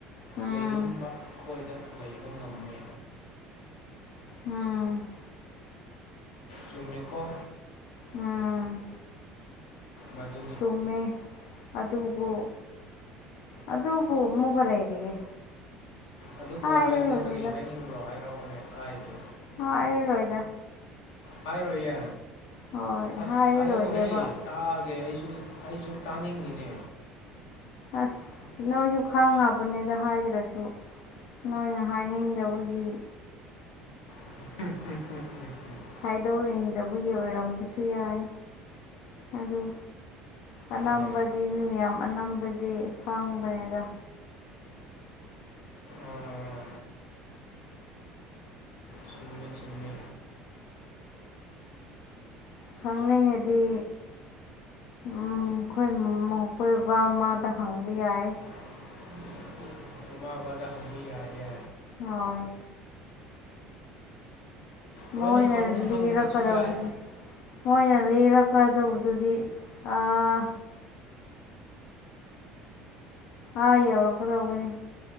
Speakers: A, on the left (about 65°); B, on the left (about 85°).
A: ꯎꯝ
B: ꯂꯩꯅꯤꯡꯕ ꯈꯣꯏꯗ ꯂꯩꯕ ꯉꯝꯃꯦ
A: ꯑ
B: ꯆꯨꯝꯃꯤꯀꯣ
A: ꯎꯝ
B: ꯃꯗꯨ
A: ꯆꯨꯝꯃꯦ ꯑꯗꯨꯕꯨ ꯑꯗꯨꯕꯨ ꯃꯨꯒ ꯂꯩꯔꯤꯌꯦ
B: ꯑꯗꯨꯕꯨ
A: ꯍꯥꯏꯔꯔꯣꯏꯒꯦꯗ
B: ꯍꯥꯏꯕꯗꯨ ꯀꯔꯤ ꯍꯥꯏꯅꯤꯡꯕ꯭ꯔꯣ ꯍꯥꯏꯔꯛꯑꯣꯅꯦ ꯀꯥꯏꯗꯦ
A: ꯍꯥꯏꯔ ꯔꯣꯏꯗ
B: ꯍꯥꯏꯔꯣꯏꯌꯦ
A: ꯍꯣꯏ
B: ꯑꯁ
A: ꯍꯥꯏꯔꯔꯣꯏꯒꯦꯕ
B: ꯍꯥꯏ ꯑꯣ ꯍꯦ ꯇꯥꯒꯦ ꯑꯩꯁꯨ ꯑꯩꯁꯨ ꯇꯥꯅꯤꯡꯉꯤꯅꯦ
A: ꯑꯁ ꯅꯣꯏꯁꯨ ꯈꯪꯉꯕꯅꯦꯗ ꯍꯥꯏꯗ꯭ꯔꯁꯨ ꯅꯣꯏꯅ ꯍꯥꯏꯅꯤꯡꯗꯕꯒꯤ
B: <unintelligible>
A: ꯍꯥꯏꯗꯣꯛꯔꯤꯡꯗꯕꯒꯤ ꯑꯣꯏꯔꯝꯕꯁꯨ ꯌꯥꯏ ꯑꯗꯨ ꯑꯅꯝꯕ
B: ꯑꯥ
A: ꯗꯤ ꯃꯤ ꯃꯌꯥꯝ ꯑꯅꯝꯕꯗꯤ ꯈꯪꯕꯅꯦꯗ
B: ꯑꯥ ꯑꯥ ꯆꯨꯝꯃꯦ ꯆꯨꯝꯃꯦ
A: ꯈꯪꯅꯤꯡꯉꯗꯤ ꯎꯝ ꯈꯣꯏ ꯃꯧ ꯈꯣꯏ ꯕꯥ ꯃꯥꯗ ꯍꯪꯕ ꯌꯥꯏ
B: <inaudible> ꯏꯃꯥ ꯕꯥꯗ ꯍꯪꯕ ꯌꯥꯏꯌꯦ
A: ꯍꯣꯏ
B: ꯂꯣꯏꯅ
A: ꯃꯣꯏꯅ
B: ꯈꯪꯉꯤ ꯍꯪꯗ꯭ꯔꯁꯨ
A: ꯂꯤꯔꯛꯀꯗꯧꯕꯗꯤ
B: ꯌꯥꯏ
A: ꯃꯣꯏꯅ ꯂꯤꯔꯛꯀꯗꯧꯕꯗꯨꯗꯤ ꯑꯥꯥꯥꯥꯥ ꯑꯥ ꯌꯧꯔꯛꯀꯗꯧꯕꯅꯤ